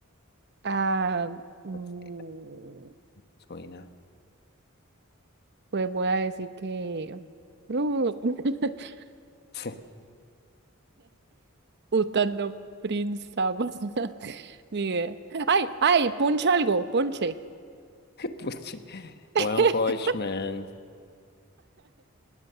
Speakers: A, on the right; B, on the left.
A: Ah, mm,
B: no sé, suena.
A: pues voy a decir que. <laughs>
B: <laughs>
A: Utano Prinsama. <laughs> Ni idea. ¡Ay! ¡Ay! ¡Puncha algo! ¡Ponche!
B: Puchi,
A: <laughs>
B: One Punch Man.